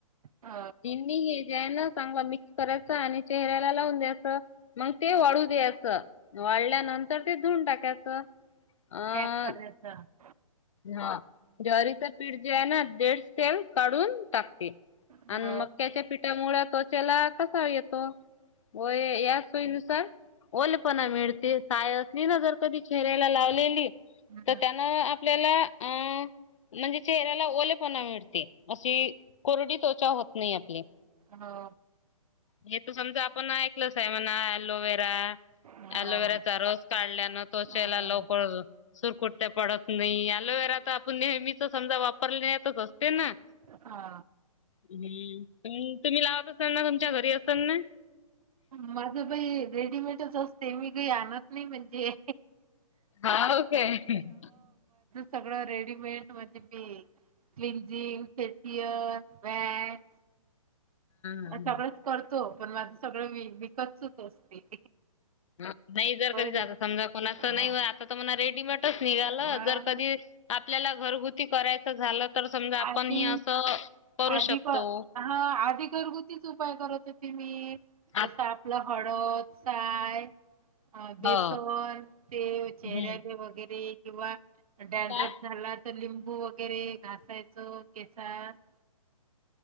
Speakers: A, on the right; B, on the left.
A: हो
B: ही हे जे आहे ना चांगला मिक्स करायच आणि चेहऱ्याला लावून द्यायचं. मग ते वाढू द्यायचं वाढल्यानंतर ते धुन टाकायचं. अ
A: एकर हेच.
B: हा जारीच पीठ जे आहे ना देड सेल काढून टाकते. आणि
A: हो
B: मक्याच्या पिठामुळे त्वचेला कसा येतो. हो या सोईनुसार. ओलेपणा मिळते सायसनी ना जर कधी चेहऱ्याला लावलेली
A: हं.
B: तर त्याना आप. आपल्याला अ. म्हणजे चेहऱ्याला ओलेपणा मिळते अशी कोरडी त्वचा होत नाही आपली.
A: हा,
B: हे तू समजा आपण ऐकलंच आहे म्हणा अलोवेरा
A: हो
B: अलोवेराचा रस काढल्यानं त्वचेला
A: हो
B: लवकर सुरकुत्या पडत नाही अलोवेरा तर आपण नेहमीच समजा वापरण्यातच असते ना
A: हा
B: हम्म तुम्ही लावत असाल ना तुमच्या घरी असेल ना.
A: माझं बाई रेडीमेटच असते मी काही आणत नाही म्हणजे
B: हाव काय? हा
A: सगळं रेडीमेड म्हणजे मी क्लिंजिंग, फेशियल वॅक्स
B: हा
A: सगळंच करतो पण माझं सगळ विकतच असते.
B: नाही जर
A: बर
B: कधी जात समजा कोणा असं
A: हा
B: नाही आता तर मला रेडीमेटच निघालं
A: हा
B: जर कधी आपल्याला घरगुती करायचं झालं तर समजा आपण
A: आधी
B: हे असं करू
A: आधी
B: शकतो.
A: प- हा आधी घरगुतीच उपाय करत होते मी
B: आ
A: जस आपलं हळद साय अ बेसन
B: हो.
A: ते चेहऱ्याले
B: हम्म
A: वगैरे किंवा डँड्रफ
B: काय?
A: झाला तर लिंबू वगैरे घासायचो केसात